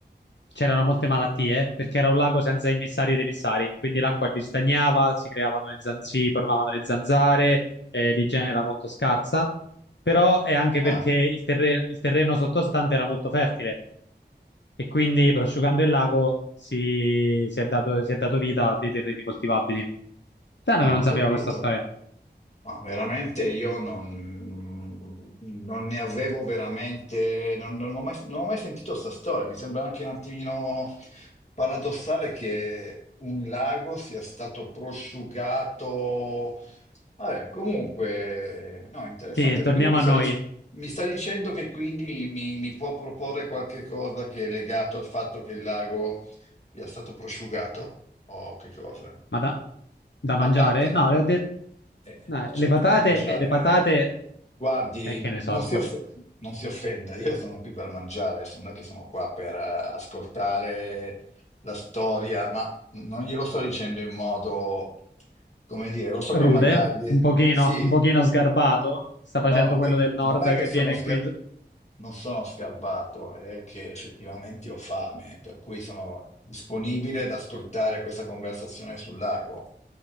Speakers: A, on the left (about 80°); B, on the left (about 40°).
A: c'erano molte malattie, perché era un lago senza immissari ed emissari, quindi l'acqua ristagnava, si creavano le zan- si formavano le zanzare, eh, l'igiene era molto scarsa, però è anche
B: Ah,
A: perché il terre- il terreno sottostante era molto fertile e quindi prosciugando il lago si, si è dato, si è dato vita a dei terreni coltivabili. Strano
B: ah,
A: che non
B: ho capito.
A: sapevo questa storia.
B: Ma veramente io non, non ne avevo veramente, non, non ho mai, non ho mai sentito questa storia. Mi sembra anche un attimino paradossale che un lago sia stato prosciugato. Vabbè, comunque, no, interessante.
A: Sì, torniamo
B: Quindi mi
A: a
B: sta,
A: noi.
B: dic- mi sta dicendo che quindi mi, mi può proporre qualche cosa che è legato al fatto che il lago sia stato prosciugato? O che cosa?
A: Ma da, da mangiare?
B: Patate?
A: No, le ho detto...
B: Eh,
A: no,
B: certo,
A: le patate,
B: da mangiare.
A: le patate,
B: Guardi,
A: eh, che ne
B: non
A: so, ascolta,
B: si, off- non si offenda, io sono qui per mangiare, adesso non è che sono qua per eh, ascoltare la storia, ma non glielo sto dicendo in modo, come dire, lo so
A: rude,
B: che magari
A: un pochino,
B: sì,
A: un pochino sgarbato, che sta facendo
B: No, non
A: quello
B: è,
A: del nord
B: non è che
A: che
B: sono
A: viene
B: sca-
A: qui.
B: non sono scarbato, è che effettivamente ho fame, per cui sono disponibile ad ascoltare questa conversazione sul lago.